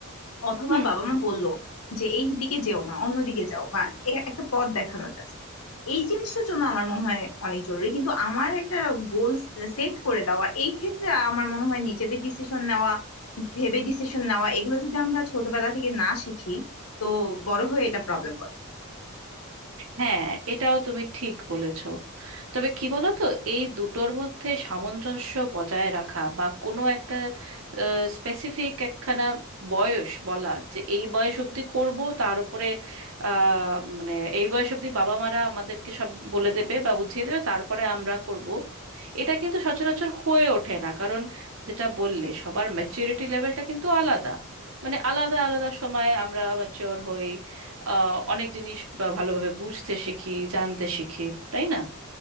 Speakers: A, on the left; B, on the right.
A: অথবা
B: হুম
A: বাবা
B: হুম
A: মা বললো যে এই দিকে যেও না অন্যদিকে যাও বা এ- একটা পথ দেখানো জাস্ট এই জিনিসটার জন্য আমার মনে হয় অনেক জরুরি কিন্তু আমার একটা গোল সেট করে দেওয়া এই ক্ষেত্রে আমার মনে হয় নিজেদের ডিসিশন নেওয়া ভেবে ডিসিশন নেওয়া এগুলো যদি আমরা ছোটবেলা থেকে না শিখি তো বড় হয়ে এটা প্রবলেম করে
B: হ্যাঁ এটাও তুমি ঠিক বলেছ তবে কি বলো তো এই দুটোর মধ্যে সামঞ্জস্য বজায় রাখা বা কোনো একটা স্পেসিফিক একখানা বয়স বলা যে এই বয়স অবধি করব তার উপরে আহ, মানে এই বয়স অবধি বাবা মারা আমাদেরকে সব বলে দেবে বা বুঝিয়ে দেবে তারপরে আমরা করব এটা কিন্তু সচরাচর হয়ে ওঠে না কারণ যেটা বললে সবার ম্যাচুরিটি লেভেলটা কিন্তু আলাদা মানে আলাদা আলাদা সময়ে আমরা ম্যাচিওর হই আহ, অনেক জিনিস বা ভালোভাবে বুঝতে শিখি জানতে শিখি তাই না